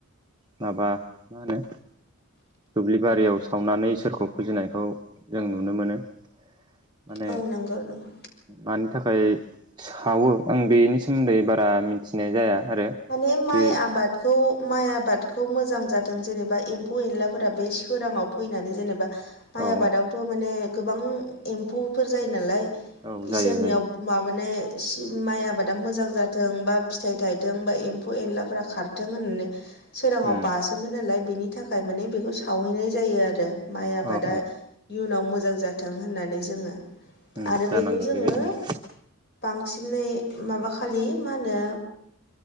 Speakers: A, on the right; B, on the left.
A: माबा मा होनो दुब्लि बारियाव सावनानै इसोरखौ फुजिनायखौ जों नुनो मोनो। माने
B: औ नंगौ नंगौ
A: मानि थाखाय सावो आं बेनि सोमोन्दै बारा मिथिनाय जाया आरो
B: माने माइ
A: बे
B: आबाद खौ माइ आबादखौ मोजां जाथों जेनेबा एम्फौ एनलाफोरा बे सोराङाव फैनानै जेनेबा माइ
A: औ
B: आबादावथ' माने गोबां एम्फौफोर जायो नालाय
A: औ जायो
B: इसोरनियाव
A: जायो
B: माबाने सि माइ आबादा मोजां जाथों बा फिथाइ थाइथों बा एम्फौ एनलाफोरा खार थों होननानै सोराङाव
A: उम
B: बासोमोन नालाय बेनि थाखाय माने बेखौ सावहैनाय जायो आरो। माइ आबादा
A: औ औ
B: इयुनाव मोजां जाथों होननानै जोङो।
A: उम
B: आरो
A: जानांगौ
B: बेखौ जोङो
A: बेबायदिनो
B: बांसिनै माबाखालि मा होनो